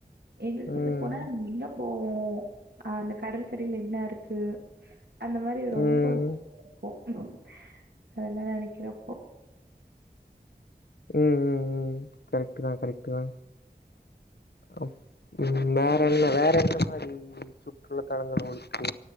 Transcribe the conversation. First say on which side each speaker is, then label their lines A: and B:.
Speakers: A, on the right; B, on the left.
A: எழுத்துட்டு
B: ம்
A: போன எங்க போவோ அந்த கடல் கடில என்ன இருக்கு அந்த மாரி ரொம்ப
B: ம்
A: ஒரு பய இருக்கு அன்இன்டெலிஜபிள் அதெல்லா நெனைக்கிற அப்போ
B: உம் உம் உம் உங் கரெக்ட்டு தா கரெக்டு தா அம் உம் வேற என்ன வேற என்ன மாதிரி சுற்றுலா தலங்கள் ஒக்கு